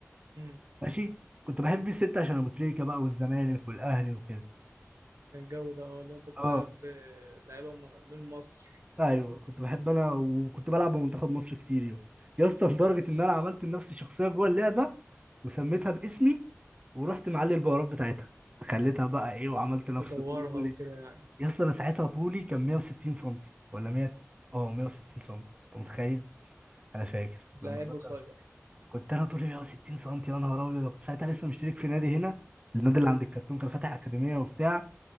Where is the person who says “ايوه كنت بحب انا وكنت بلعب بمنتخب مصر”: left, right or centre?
Right